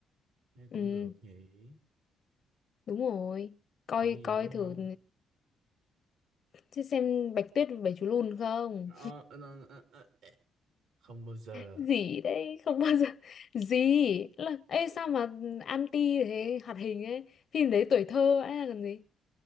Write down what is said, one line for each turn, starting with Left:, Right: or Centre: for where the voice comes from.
Right: nghe cũng
Left: ừ
Right: được nhỉ
Left: đúng rồi coi
Right: còn gì
Left: coi
Right: nữa
Left: thử
Right: không
Left: chứ xem Bạch Tuyết và Bảy Chú Lùn không
Right: Ờ, ờ, ờ, ờ, ờ, ờ. không bao giờ
Left: gì đấy không bao giờ <laughs> gì là ê sao mà anti thế hoạt hình ấy phim đấy tuổi thơ ấy là cần gì